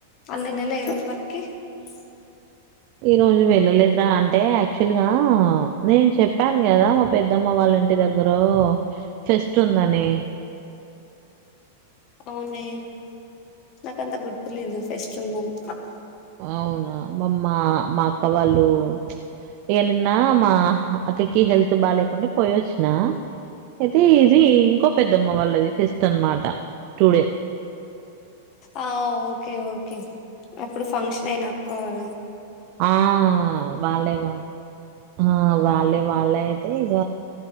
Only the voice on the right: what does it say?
ఈ రోజు వెళ్ళలేదురా అంటే యాక్చువల్ గా నేను చెప్ప్ ప్పాన్ కదా మా పెద్దమ్మ వాళ్ళంటి దగ్గ్ రో తెస్తుందని
అవునా మా అమ్మ మా అక్క వాళ్ళు ఇక నిన్న మా అక్కకి హెల్త్ బాలేకుండే పోయొచ్చిన అయితే ఇది ఇంకో పెద్దమ్మ వాళ్ళది ఫెస్ట్ తనమాట టుడే
ఆ వాళ్ళే వాళ్ళ ఆ వాళ్ళే వాళ్ళే అయితే ఇక